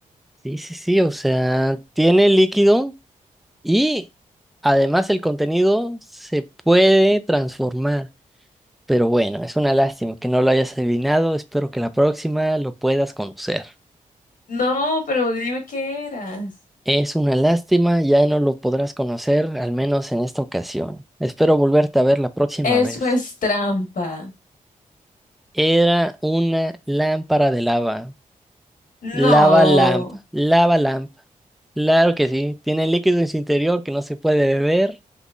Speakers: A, in the centre; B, on the left.
A: Sí, sí, sí, o sea, tiene líquido y además el contenido se puede transformar. Pero bueno, es una lástima que no lo hayas adivinado, espero que la próxima lo puedas conocer.
B: No, pero dime qué eras.
A: Es una lástima, ya no lo podrás conocer, al menos en esta ocasión. Espero volverte a ver la próxima
B: Eso
A: vez.
B: es trampa.
A: Era una lámpara de lava.
B: No,
A: Lava Lamp, Lava Lamp. Claro que sí, tiene líquido en su interior que no se puede beber.